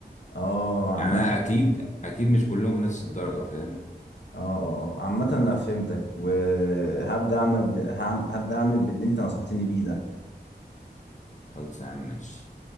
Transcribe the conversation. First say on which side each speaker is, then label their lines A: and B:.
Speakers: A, on the left; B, on the left.
A: اه عامة
B: يعني انا اكيد اكيد مش كلهم في نفس الدرجة فاهم
A: اه آه. اه. عامة انا فهمتك وهبدأ اعمل ب... هعم- هبدأ اعمل باللي انت نصحتني بيه ده
B: خلص يا عم ماشي